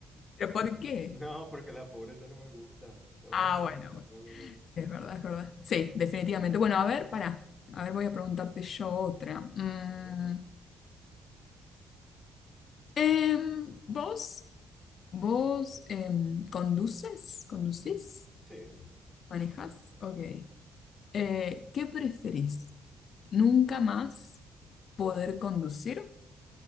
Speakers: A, on the left; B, in the centre.
A: ¿Pero por qué?
B: No, porque la pobreza no me gusta. No,
A: Ah,
B: no, no,
A: bueno, bueno,
B: no, no, no,
A: sí,
B: no.
A: es verdad, es verdad. Sí, definitivamente. Bueno, a ver, para. A ver, voy a preguntarte yo otra. Mm,
B: Vale.
A: em, ¿vos, vos em, conduces? ¿Conducís?
B: Sí,
A: ¿Manejás? Ok. Eh, ¿qué preferís? ¿Nunca más poder conducir